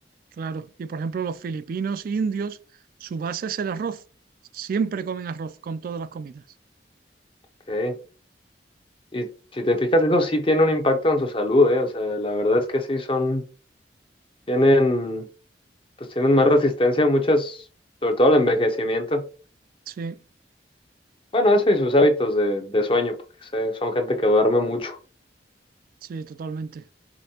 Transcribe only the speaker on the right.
claro. Y por ejemplo, los filipinos e indios, su base es el arroz. Siempre comen arroz con todas las comidas.
Sí,
sí, totalmente.